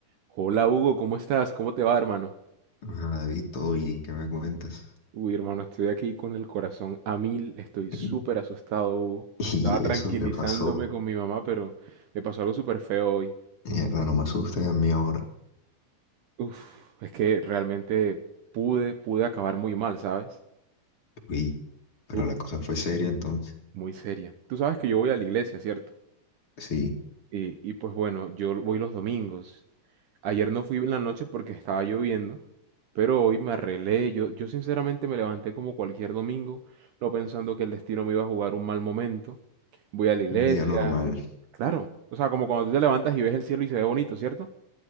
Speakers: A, on the right (about 70°); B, on the left (about 40°).
A: Hola Hugo, ¿cómo estás? ¿Cómo te va, hermano?
B: Hola, David, todo bien, ¿qué me cuentas?
A: Uy, hermano, estoy aquí con el corazón a mil, estoy súper
B: <laughs>
A: asustado, Hugo.
B: ¿Y
A: Estaba tranquilizándome
B: eso qué pasó?
A: con mi mamá, pero me pasó algo súper feo hoy.
B: Mierda, no me asustes a mí ahora.
A: Uf, es que realmente pude, pude acabar muy mal, ¿sabes?
B: Uy, pero
A: Uh,
B: la cosa fue seria entonces.
A: muy seria. Tú sabes que yo voy a la iglesia, ¿cierto?
B: Sí,
A: Y, y pues bueno, yo voy los domingos. Ayer no fui en la noche porque estaba lloviendo, pero hoy me arreglé. Yo, yo sinceramente me levanté como cualquier domingo, no pensando que el destino me iba a jugar un mal momento. Voy a la iglesia.
B: un día normal.
A: Claro, o sea, como cuando tú te levantas y ves el cielo y se ve bonito, ¿cierto?